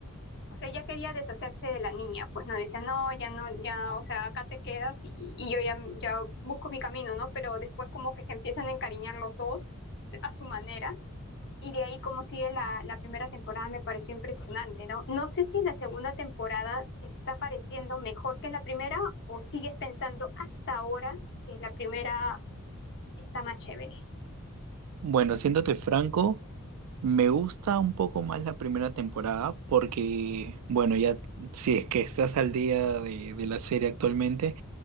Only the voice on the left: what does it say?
o sea, ya quería deshacerse de la niña, pues no decía, no, ya no, ya, o sea, acá te quedas y, y yo ya, ya busco mi camino, ¿no? Pero después como que se empiezan a encariñar los dos a su manera y de ahí como sigue la, la primera temporada me pareció impresionante, ¿no? No sé si la segunda temporada te está pareciendo mejor que la primera o sigues pensando hasta ahora que la primera está más chévere.